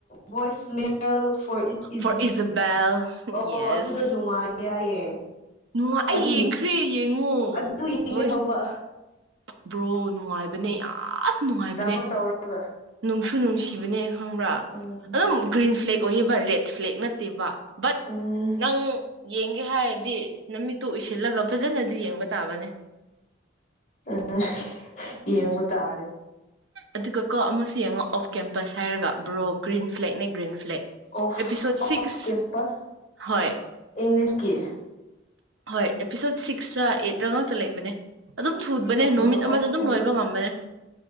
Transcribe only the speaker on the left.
ꯕꯣꯏꯁ ꯃꯦꯜ ꯐꯣꯔ ꯏꯖꯤ
ꯑꯣ
ꯑꯗꯨꯗ ꯅꯨꯡꯉꯥꯏ ꯍꯥꯏꯌꯦ
ꯑꯗꯨ
ꯑꯗꯨ ꯌꯦꯡꯒꯦ
ꯇꯧꯕ
ꯗꯥꯎꯟꯂꯣꯠ ꯇꯧꯔꯒ
ꯎꯝ
ꯎꯝ
ꯑ ꯌꯦꯡꯕ ꯇꯥꯔꯦ
ꯑꯣꯐ
ꯑꯣꯐ ꯀꯦꯝꯄꯁ
ꯏꯪꯂꯤꯁꯀꯤ
of
ꯀꯦꯝꯄꯁ